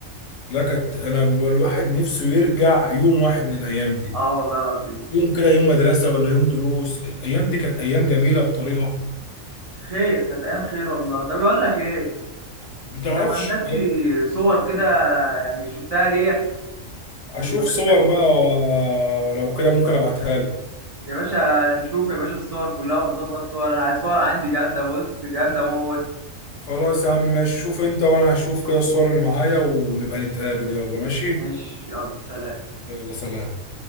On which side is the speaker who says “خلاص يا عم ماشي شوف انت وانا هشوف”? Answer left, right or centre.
Left